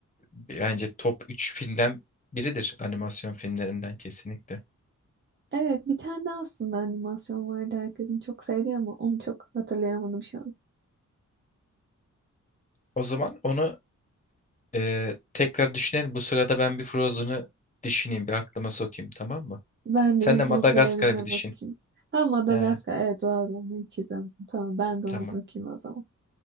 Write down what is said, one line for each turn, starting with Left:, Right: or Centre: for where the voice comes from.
Left: bence top 3 filmden biridir animasyon filmlerinden kesinlikle.
Right: Evet, bir tane daha aslında animasyon vardı herkesin çok sevdiği ama onu çok hatırlayamadım şu an.
Left: O zaman onu e, tekrar düşünelim. Bu sırada ben bir Frozen'ı düşüneyim, bir aklıma sokayım tamam mı?
Right: Ben
Left: Sen
Right: de bir
Left: de Madagaskar'ı
Right: buz devrine
Left: bir düşün.
Right: bakayım. Ha Madagaskar.
Left: He,
Right: Evet doğru onu hiç izlemedim. Tamam ben de
Left: tamam.
Right: ona bakayım o zaman.